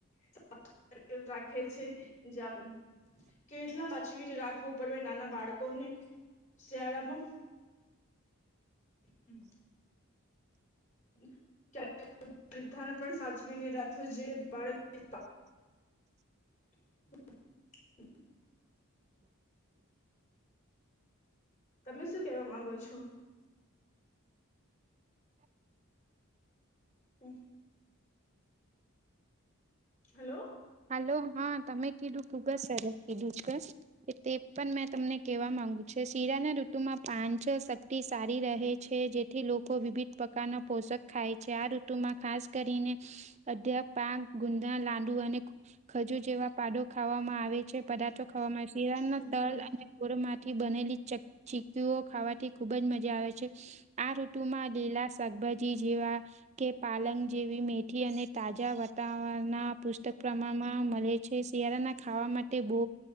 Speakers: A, on the left; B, on the right.
A: <inaudible> રાખે છે જ જામ કેટલા સાચવીને રાખવું પડે નાના બાળકોને શિયાળામાં હમ <inaudible> વૃદ્ધાને પણ સાચવી ને રાખવું જોઈએ બાળક કરતા હ <inaudible> તમે શું કેવા માંગો છો હમ હાલો.
B: હલો હા તમે કીધું ખૂબ જ સરસ કીધું કે તે પણ મેં તમને કેવા માંગુ છે શીરાના ઋતુમાં પાં છ શક્તિ સારી રહે છે જે. થી લોકો વિવિધ પ્રકારના પોષક ખાય છે આ ઋતુમાં ખાસ કરીને અધ્યા પાક ગુંદા લાંડુ અને ખજુર જેવા પાડો ખાવામાં આવે છે પદાર્થો ખાવામાં આવે છે શિયાળા
A: ચુપ
B: મા
A: રહી
B: તલ અને ર માંથી બનેલી ચ ચીકીઓ ખાવાથી ખુબ જ મજા આવે છે આ ઋતુ માં લીલા શાકભાજી જેવા કે પાલંગ જેવી મેથી અને તાજા વાતાવરણ ના પુસ્તક પ્રમાણમાં મળે. છે શિયાળાના ખાવા માટે બો